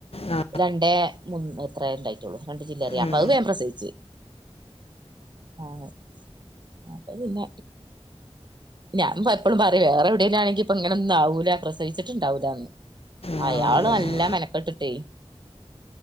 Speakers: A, on the left; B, on the right.
A: ആ
B: രണ്ടേ മൂന്ന് എത്രേണ്ടായി റ്റൊള്ളൂ രണ്ട് ജില്ലറിയ
A: ഉം.
B: അപ്പൊ അഹ് വേം പ്രസവിച്ച് ആഹ് അപ്പൊ പിന്ന ഞാൻ പ എപ്പളും പറയും വേറെ എവിടേലാണെങ്കി പ്പങ്ങനെ ഒന്നും ആാവൂല്ല പ്രസവിച്ചിട്ടുണ്ടാവൂല്ലന്ന്
A: ആ
B: അയാൾ
A: അതെ
B: നല്ല മെനക്കെട്ടിട്ടേ